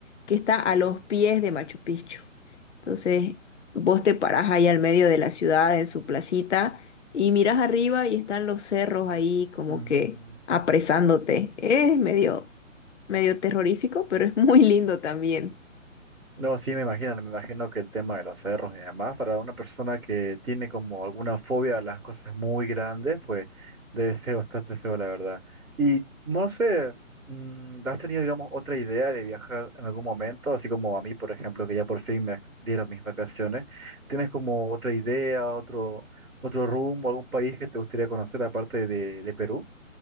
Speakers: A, on the left; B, in the centre.
A: que está a los pies de Machu Picchu. Entonces, vos te parás ahí al medio de la ciudad, en su placita, y mirás arriba y están los cerros ahí como
B: Mm.
A: que apresándote. Es medio, medio terrorífico, pero es muy lindo también.
B: No, sí, me imagino, me imagino que el tema de los cerros y demás, para una persona que tiene como alguna fobia a las cosas muy grandes, pues debe ser bastante feo, la verdad. Y no sé, mm, ¿has tenido, digamos, otra idea de viajar en algún momento? Así como a mí, por ejemplo, que ya por fin me ex- dieron mis vacaciones. ¿Tienes como otra idea, otro, otro rumbo, algún país que te gustaría conocer aparte de, de Perú?